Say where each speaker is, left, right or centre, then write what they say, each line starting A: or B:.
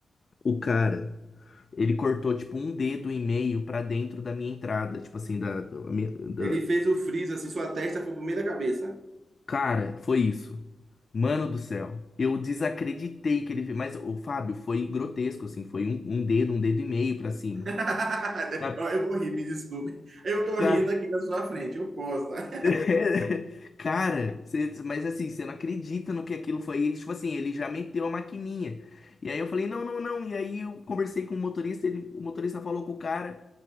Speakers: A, on the left; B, on the right.
A: O cara, ele cortou tipo um dedo e meio pra dentro da minha entrada, tipo assim, da, do- a minha- da...
B: Ele fez o freeze assim, sua testa foi pro meio da cabeça.
A: Cara, foi isso. Mano do céu, eu desacreditei que ele fez. Mas o Fábio foi grotesco, assim, foi um, um dedo, um dedo e meio pra cima.
B: <laughs>
A: Sabe?
B: Ó, Eu vou rir, me desculpe. Eu tô
A: Cara,
B: rindo aqui na sua frente, eu posso, tá?
A: <laughs> cara, cê- mas assim, você não acredita no que aquilo foi. E, Tipo assim, ele já meteu a maquininha. E aí eu falei, não, não, não. E aí eu conversei com o motorista, ele, o motorista falou com o cara.